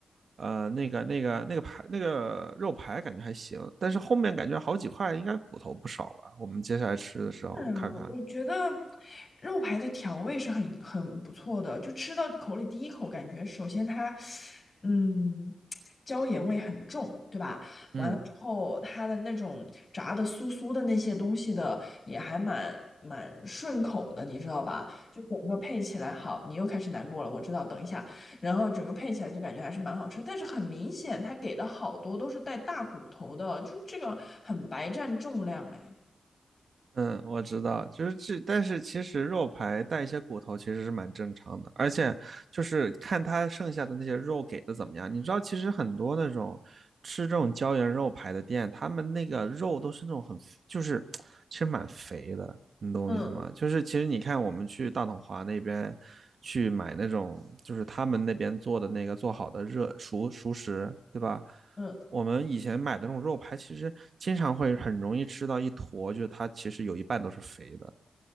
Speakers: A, on the right; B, on the left.
A: 呃，那个那个那个排那个肉排感觉还行，但是后面感觉好几块应该骨头不少吧。我们接下来吃的时候看看，
B: 是啊，我觉得肉排的调味是很很不错的，就吃到口里第一口感觉，首先它，嗯，椒盐味很重，对吧？
A: 嗯。
B: 完了之后，它的那种炸的酥酥的那些东西的也还蛮蛮顺口的，你知道吧？就整个配起来好，你又开始难过了，我知道，等一下，然后整个配起来就感觉还是蛮好吃，但是很明显，它给的好多都是带大骨头的，就这个很白占重量，哎。
A: 嗯，我知道，就是这，但是其实肉排带一些骨头其实是蛮正常的，而且就是看它剩下的那些肉给的怎么样。你知道，其实很多那种吃这种椒盐肉排的店，他们那个肉都是那种很，就是其实蛮肥的，你懂我意思吗？
B: 嗯，
A: 就是其实你看我们去大统华那边去买那种，就是他们那边做的那个做好的热熟熟食，对吧？
B: 嗯。
A: 我们以前买的那种肉排，其实经常会很容易吃到一坨，就是它其实有一半都是肥的。